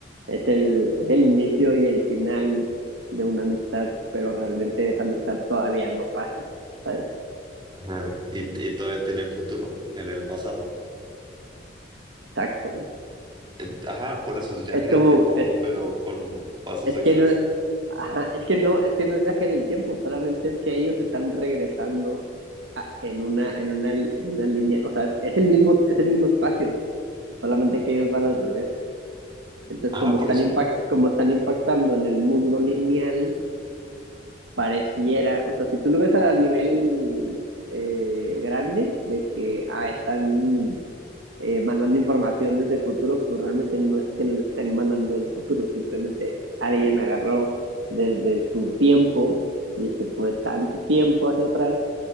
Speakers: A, on the right; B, on the right.
A: es el, es el inicio y el final de una amistad, pero realmente esa amistad todavía no pasa, ¿sabes?
B: Ajá, y, y todavía tiene futuro en el pasado.
A: Exacto.
B: Eh, Ajá, por eso es viaje
A: Es
B: en
A: como,
B: el tiempo,
A: es,
B: pero con pasos
A: es
B: extras.
A: que no es, ajá, es que no, es que no es viaje en el tiempo, solamente es que ellos están regresando a- en una, en una, en una línea, o sea, es el mismo, es el mismo espacio, solamente que ellos van al revés. Entonces,
B: Ajá,
A: como
B: por
A: están
B: eso.
A: impact, como están impactando en el mundo lineal, pareciera, o sea, si tú lo ves al nivel eh, grande de que ah, están eh, mandando información desde el futuro, pues realmente no es que lo estén mandando del futuro, simplemente alguien agarró desde su tiempo y se fue tanto tiempo hacia atrás